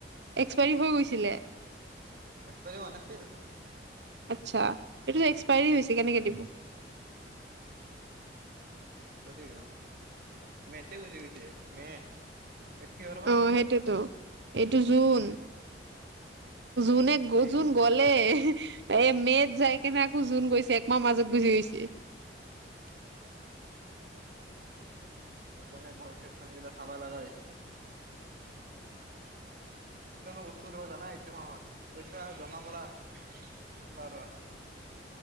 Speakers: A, on the right; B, on the right.
A: এক্সপায়ৰী হৈ গৈছিলে।
B: এক্সপেৰি হোৱা নাছিল।
A: আছা, এইটোতো এক্সপাইৰী হৈছে কেনেকে দিব?
B: হয় দে মে তে গোছি গৈছে। মে এইটো কিহৰ মাহ
A: আ'হ সেইটোতো, এইটো জুন। জুনে,
B: মে
A: জুন গলে। এই মে'ত যাই কেনে আকৌ জুন গৈছে, একমাহ মাজত গুচি গৈছে।
B: <unintelligible> <unintelligible> কিমান মজা ধৰণৰ বস্তু দিব জানা এইটো মাহত। পইচা আৰু জমা কৰা। <inaudible>